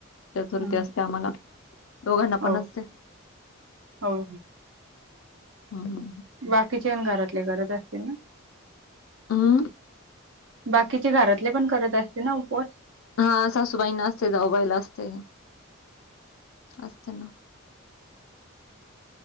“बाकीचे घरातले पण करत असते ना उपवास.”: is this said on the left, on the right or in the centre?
Right